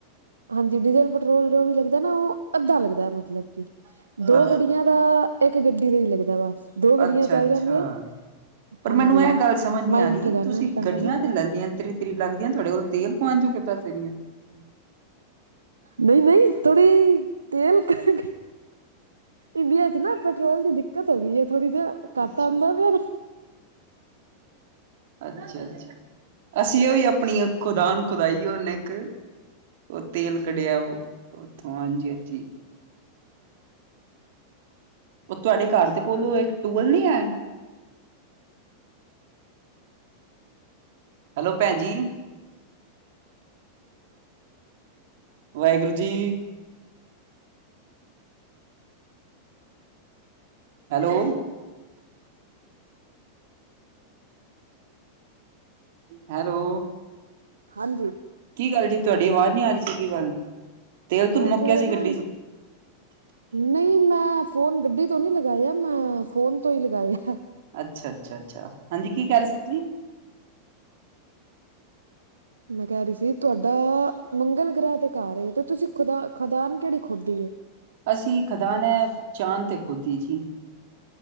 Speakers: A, on the right (about 75°); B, on the right (about 55°).
A: ਹਾਂਜੀ ਡੀਜ਼ਲ ਪੈਟਰੋਲ ਜੋ ਵੀ ਲੱਗਦਾ ਨਾ ਉਹ। ਅੱਧਾ ਲੱਗਦਾ ਮਤਲਬ ਕਿ
B: ਹੈ
A: ਦੋ ਗੱਡੀਆਂ ਦਾ ਇੱਕ ਗੱਡੀ। ਗੱਡੀ ਦਾ ਹੀ ਲੱਗਦਾ ਵਸ ਦੋ ਗੱਡੀਆਂ
B: ਅੱਛਾ
A: ਚੱਲ
B: ਅੱਛਾ
A: ਜਾਂਦੀਆਂ।
B: ਪਰ
A: ਹਾਂਜੀ
B: ਮੈਨੂੰ ਇਹ ਗੱਲ ਸਮਝ ਨੀ
A: ਮਾਈੰਡ
B: ਆ ਰਹੀ
A: ਲਗਾਣਾ
B: ਤੁਸੀਂ
A: ਪੈਂਦਾ
B: ਗੱਡੀਆਂ
A: ਨਾ ਥੋੜਾ
B: ਤੇ ਲੈ ਲਈਆਂ ਤਰੀ ਤਰੀ ਲੱਗਦੀਆਂ ਤੁਹਾਡੇ ਕੋਲ ਤੇਲ ਪਵਾਨ। ਤੂ ਕਿਦਾ ਸ਼ਹੀ ਏ
A: ਨਹੀਂ ਨਹੀਂ ਥੋੜੀ। ਤੇਲ ਤਾਂ ਇੰਡੀਆ ਚ ਨਾ ਪੈਟਰੋਲ ਦੀ ਦਿੱਕਤ ਹੋ ਗਈ ਹੈ। ਥੋੜ੍ਹੀ ਜਿ ਕੱਟ
B: ਅੱਛਾ।
A: ਆਉਂਦਾ ਵੀ ਨਾ।
B: ਅੱਛਾ ਅੱਛਾ ਅਸੀਂ ਉਹ ਹੀ ਆਪਣੀ ਖੁਦਾਨ ਖੁਦਾਈ ਹੁਣੇ ਇੱਕ। ਉਹ ਤੇਲ ਕਢਿਆ ਉਹ ਉੱਥੋਂ ਹਾਂਜੀ ਹਾਂਜੀ। ਉਹ ਤੁਹਾਡੇ ਘਰ ਦੇ ਕੋਲ ਇੱਕ ਟੂਵਲ ਨੀ ਹੈ। ਹੈਲੋ ਭੈਣ ਜੀ। ਵਾਹਿਗੁਰੂ ਜੀ। ਹੈਲੋ। <inaudible> ਹੈਲੋ
A: ਹਾਂਜੀ
B: ਕੀ ਗੱਲ ਜੀ ਤੁਹਾਡੀ ਆਵਾਜ਼ ਨੀ ਆ ਰਹੀ ਸੀ ਕੀ ਗੱਲ ਤੇਲ ਤੂਲ
A: ਉਹ
B: ਮੁੱਕ
A: ਥੋਡਾ
B: ਗਿਆ
A: ਜਾ
B: ਸੀ
A: ਨਾ
B: ਗੱਡੀ ਚ
A: ਨਹੀਂ ਮੈਂ ਫੋਨ ਗੱਡੀ ਤੋਂ ਨਹੀਂ ਲੱਗਾ। ਲਗਾਇਆ ਮੈਂ ਫੋਨ ਤੋਂ ਹੀ ਲਗਾਇਆ।
B: ਅੱਛਾ ਅੱਛਾ ਅੱਛਾ ਹਾਂਜੀ ਕੀ ਕਹਿ ਰਹੇ ਸੀ ਤੁਸੀਂ
A: ਮੈਂ ਕਹਿ ਰਹੀ ਸੀ ਤੁਹਾਡਾ ਮੰਗਲ ਗ੍ਰਹਿ ਤੇ ਘਰ ਏ ਤੇ ਤੁਸੀਂ ਖੁਦਾ ਖਦਾਨ ਕਿਹੜੀ ਖੋਦੀ ਏ,
B: ਅਸੀਂ ਖਦਾਨ ਏ ਚਾਂਦ ਤੇ ਖੁਦੀ ਏ ਜੀ।